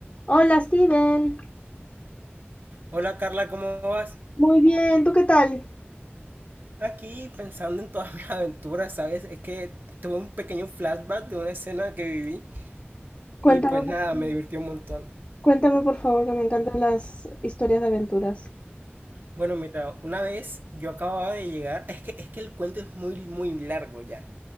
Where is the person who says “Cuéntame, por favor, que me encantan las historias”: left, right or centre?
Left